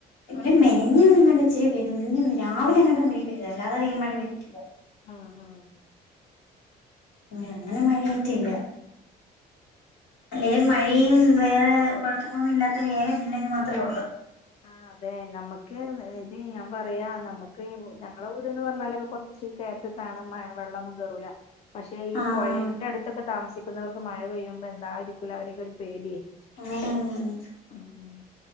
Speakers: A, on the left; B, on the left.
A: ഇവടിം മെനഞ്ഞാന്ന് എങ്ങാണ്ടോ ഇച്ചിരി പെയ്തു മിനിഞ്ഞാന്ന് രാവിലെ എങ്ങാട്ട് മഴയ് പെയ്തതാ അല്ലാതെ മഴ പെയ്തിട്ടില്ല
B: ആഹ് ആഹ്
A: ഇഞ്ഞ് അങ്ങനെ മഴയാറ്റില്ല അല്ലെങ്കിലും മഴയും വേറെ കൊഴപ്പങ്ങളൊന്നും ഇല്ലാത്ത ഏക ജില്ല ഇതു മാത്രേ ഒള്ള്
B: ആഹ് അതെ നമ്മുക്ക് ഇത് ഞാൻ പറയാ നമുക്ക് ഞങ്ങടെ വീട്ന്ന് പറഞ്ഞാലൊക്കെ കൊറ ച്ച് കേറ്റത്താണ് മഴവെള്ളൊന്നും കേറൂല്ല പക്ഷെ ഈ
A: ആഹ്
B: പൊഴന്റെ അട്ത്തൊക്കെ താമസിക്കുന്നവർക്ക് മഴ പെയ്യുമ്പോ എന്താരി ക്കുലെ അവരെയൊക്കെ ഒരു പേടിയെയ്
A: ആണ് ആണ് ആണ്
B: ആണ്